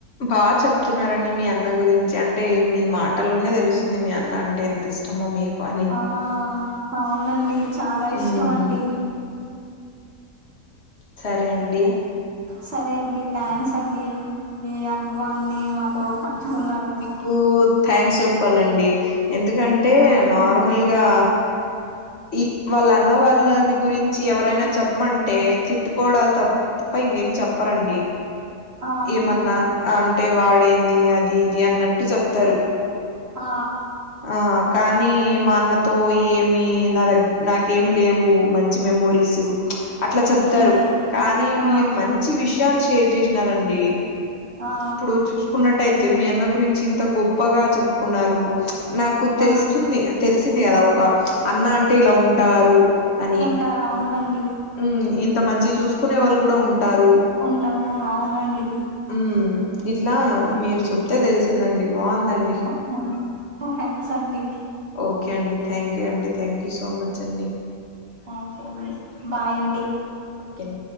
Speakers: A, on the left; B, on the right.
A: బాగా చెప్తున్నారండి మీ అన్న గురించి అంటే మీ మాటల్లోనే తెలుస్తుంది మీ అన్న అంటే ఎం. ఇష్టమో మీకు అని.
B: ఆ అవునండి చాలా ఇష్టం
A: ఉమ్
B: అండి.
A: సరే అండి.
B: సరే అండి థ్యాంక్స్ అండి మీ అనుభవాల్ని మాతో పంచుకున్నరు.
A: కు థ్యాంక్స్ చెప్పాలండి ఎందుకంటే
B: ఆ
A: నార్మల్గా. ఈ వాళ్ళ అన్న వాళ్ళని గురించి ఎవరైనా చెప్పమంటే తిట్టుకోవడాల తప్. ప్ప ఇంకేం చెప్పరండి.
B: ఆ
A: ఏమన్నా అంటే వాడేంది అది ఇది అన్నట్టు చెప్తరు.
B: ఆ.
A: ఆ కానీ మా అన్నతో ఏమి నా దగ్. నాకేం లేవు మంచి మెమోరీస్ అట్లా చెప్తారు
B: మ్మ్
A: కానీ
B: ఆ
A: మీరు మన్. చి విషయాలు షేర్ చేసినారండి.
B: ఆ
A: ఇప్పుడు చూసుకున్నట్టయితే మీ అన్న గురించి ఇంత గొప్పగా చెప్పుకున్నారు. నాకు తెలుస్తుంది
B: ఆ
A: తెలిసింది కదా ఒక అన్న అంటే ఇలా ఉంటారు అని
B: ఉంటారు అవునండి
A: ఊ ఇంత మంచిగ చూసుకునే వాళ్ళు కూడా ఉంటారు,
B: ఉంటారు అవునండి
A: ఉ ఇట్లా మీరు చెప్తే తెలిసిందండి బాగుందండి
B: ఆహా థాంక్స్ అండీ
A: ఓకే అండి థ్యాంక్ యూ అండి థ్యాంక్ యూ సో మచ్ అండి
B: థ్యాంక్ యు అండి బాయ్ అండి
A: ఓకే